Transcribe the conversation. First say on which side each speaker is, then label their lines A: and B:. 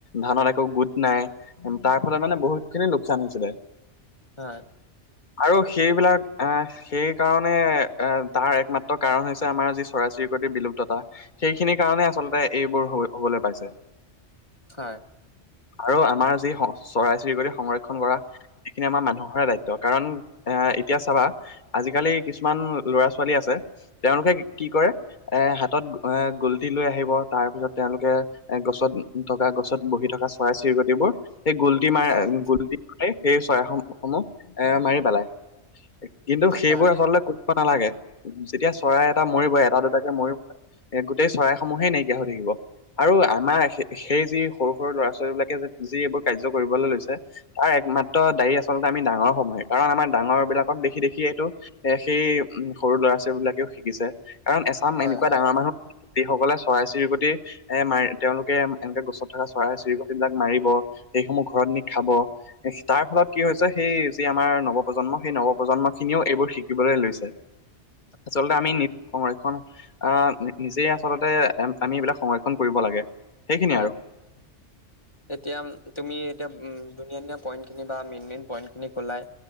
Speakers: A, on the left; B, on the left.
A: ধানত একো গোট নাই, তাৰফলত মানে বহুতখিনি লোকচান হৈছিলে।
B: হয়।
A: আৰু সেইবিলাক অহ সেই কাৰণে এ তাৰ একমাত্ৰ কাৰণ হৈছে আমাৰ যি চৰাই-চিৰিক বিলুপ্ততা। সেইখিনিৰ কাৰণে আচলতে এইবোৰ হ'ব-হ'বলৈ পাইছে।
B: হয়।
A: আৰু আমাৰ যি চৰাই-চিৰিকতি সংৰক্ষন কৰা। সেইখিনি আমাৰ মানুহৰে দায়িত্ব, কাৰণ এ-এতিয়া চাবা। আজিকালি কিছুমান ল'ৰা-ছোৱালী আছে তেওঁলোকে কি কৰে। এ হাতত এ গলটি লৈ আহিব তাৰপিছত তেওঁলোকে এ গছত থকা গছ তাত বহি থকা চৰাই-চিৰিকটিবোৰ সেই গল্টি মাৰ
B: হয়
A: গল্টি সেই চৰাইসমূহৰ এ মাৰি পেলাই, কিন্তু সেইবোৰ
B: হয়
A: আচলতে নালাগে, যেতিয়া চৰাই এটা মৰিব এটা দুটাকে মৰিব। এ গোটেই চৰাইসমূহে নাইকিয়া হৈ থাকিব আৰু আমাৰ সে-সেই যি সৰু-সৰু ল'ৰা-ছোৱালীবলাকে যি এইবোৰ কাৰ্য কৰিবলৈ লৈছে। তাৰ একমাত্ৰ দায়ী আচলতে আমি ডাঙৰসমূহে কাৰণ আমাৰ ডাঙৰবিলাকক দেখি-দেখি এইটো এ সেই সৰু ল'ৰা-ছোৱালীবিলাকেও শিকিছে। কাৰণ এচাম
B: হয় হয়
A: এনেকুৱা
B: হয় হয়
A: ডাঙৰ মানুহ যিসকলে চৰাই-চিৰিকতি এ মাৰি তেওঁলোকে এনেকে গছত থকা চৰাই-চিৰিকটবিলাক মাৰিব, সেইসমূহ ঘৰত নি খাব। তাৰফলত কি হৈছে, সেই যি আমাৰ নৱপ্ৰজন্ম সেই নৱপ্ৰজন্মখিনিও এইবোৰ শিকিবলৈ লৈছে।
B: <unintelligible>
A: আচলতে আমি নি সংৰক্ষন অহ, নিজেই আচলতে আমি এইবিলাক সংৰক্ষন কৰিব লাগে। সেইখিনিয়ে
B: হয়।
A: আৰু।
B: এতিয়া তুমি এতিয়া উম, ধুনীয়া-ধুনীয়া পইন্টখিনি বা মেইন-মেইন পইণ্টখিনি কলাই।